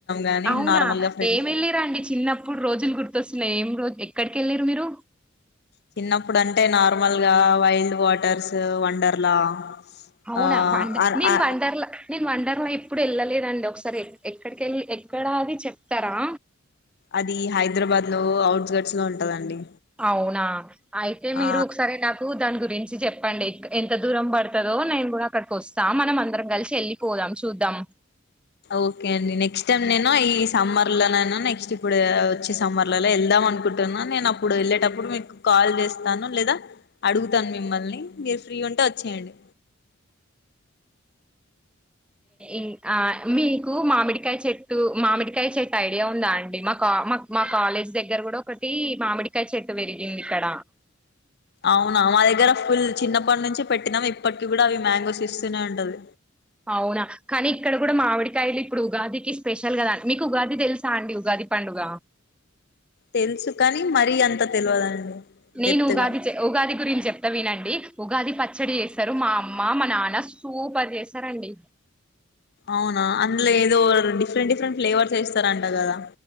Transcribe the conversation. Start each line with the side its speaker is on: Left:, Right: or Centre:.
Left: గాని
Centre: అవునా
Left: నార్మల్ గా ఫ్రెండ్స్
Centre: ఏమి వెళ్ళరాండి చిన్నప్పుడు రోజులు గుర్తొస్తున్నాయి ఏం రోజ ఎక్కడికి వెళ్ళరు మీరు
Left: చిన్నప్పుడు అంటే నార్మల్ గా వైల్డ్ వాటర్స్ వండర్లా
Centre: అవునా
Left: ఆ
Centre: వండ
Left: అ
Centre: నేను
Left: అ
Centre: వండర్ల న వండరు ఎప్పుడు వెళ్ళలేదండి ఒకసారి ఎక్కడికిళ్ళ ఎక్కడా అది చెప్తారా
Left: అది హైదరాబాద్ లో అఔట్ గట్స్ లో ఉంటదండి
Centre: అవునా అయితే మీరు
Left: ఆ
Centre: ఒకసారి నాకు దాని గురించి చెప్పండి ఎంత దూరం పడుతుందో నేను కూడా అక్కడికి వస్తా మనం అందరం కలిసి వెళ్ళిపోదాం చూద్దాం
Left: ఓకే అండి నెక్స్ట్ టైం నేను ఈ సమ్మర్ల నను నెక్స్ట్ ఇప్పుడు వచ్చే సమ్మర్లలో వెళ్దాం అనుకుంటున్నా నేను అప్పుడు వెళ్ళేటప్పుడు మీకు కాల్ చేస్తాను లేదా అడుగుతాను మిమ్మల్ని మీరు ఫ్రీ ఉంటే వచ్చేయండి
Centre: ం మీకు మామిడికాయ చెట్టు మామిడికాయ చెట్టు ఐడియా ఉందా అండి మా మా మా కాలేజ్ దగ్గర కూడా ఒకటి మామిడికాయ చెట్టు పెరిగింది ఇక్కడ
Left: అవునా మా దగ్గర ఫుల్ చిన్నప్పటి నుంచి పెట్టినాము ఇప్పటికీ కూడా అవి మ్యాంగోస్ ఇస్తూనే ఉంటది
Centre: అవునా కానీ ఇక్కడ కూడా మామిడికాయలు ఇప్పుడు ఉగాదికి స్పెషల్ కదా అండి మీకు ఉగాది తెలుసా అండి ఉగాది పండుగ
Left: తెలుసు కాని మరీ అంత తెలియదండి
Centre: నేను
Left: డెప్త్గా
Centre: ఉగాది ఉగాది గురించి చెప్ను వినండి ఉగాది పచ్చడి చేస్తారు మా అమ్మ మా నాన్న సూపర్ చేసారంండి
Left: అవునా అందులో ఏదో డిఫరెంట్ డిఫరెంట్ ఫ్లేవర్స్స్తారంట కదా